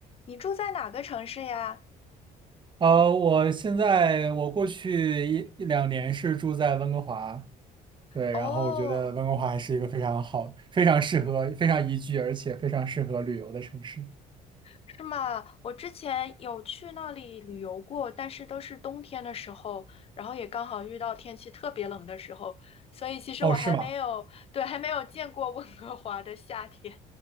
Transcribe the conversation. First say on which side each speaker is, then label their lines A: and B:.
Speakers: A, on the left; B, on the right.
A: 你住在哪个城市呀？
B: 呃，我现在我过去一一两年是住在温哥华，对，
A: 哦，
B: 然后我觉得温哥华还是一个非常好、非常适合、非常宜居，而且非常适合旅游的城市。
A: 是吗？我之前有去那里旅游过，但是都是冬天的时候，然后也刚好遇到天气特别冷的时候，所以其实我还没有，
B: 哦，是吗？
A: 对，还没有见过温哥华的夏天，